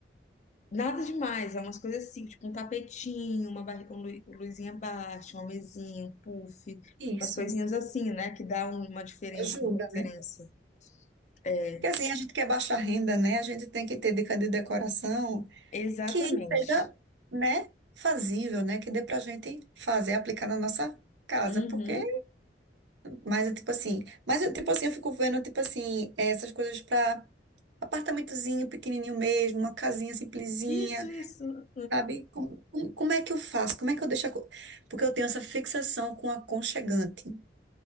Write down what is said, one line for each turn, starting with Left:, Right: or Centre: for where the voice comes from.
Left: nada demais, é umas coisas assim, tipo um tapetinho, uma barri... um lu- luzinha baixa, uma mesinha, um puff,
Right: Isso.
Left: umas coisinhas assim, né, que dá um, uma diferen...
Right: Ajuda,
Left: uma diferença.
Right: né?
Left: É,
Right: Porque assim, a gente quer baixa renda, né? A gente tem que ter dica de decoração
Left: exatamente.
Right: que seja, né, fazível, né? Que dê pra gente fazer, aplicar na nossa casa.
Left: Uhum.
Right: Porque, mas é tipo assim, mas eu, tipo assim, eu fico vendo, tipo assim, essas coisas pra apartamentozinho pequenininho mesmo, uma casinha simplesinha.
Left: Isso, isso.
Right: Sabe? Como, como como é que eu faço? Como é que eu deixo a... co- Porque eu tenho essa fixação com aconchegante,